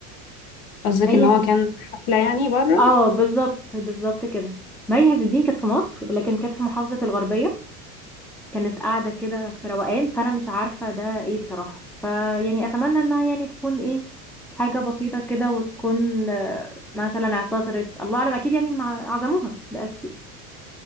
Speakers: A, on the left (about 65°); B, in the centre.
A: قصدك
B: هي
A: إن هو كان في حفلة يعني بره
B: اه بالظبط بالظبط كده مي عز الدين كانت في مصر لكن كانت في محافظة الغربية كانت قاعدة كده في روقان فأنا مش عارفة ده ايه بصراحة فيعني أتمنى إنها يعني تكون ايه حاجة بسيطة كده وتكون آه، مثلا اعتذرت الله أعلم أكيد يعني مع- عزموها ده أكيد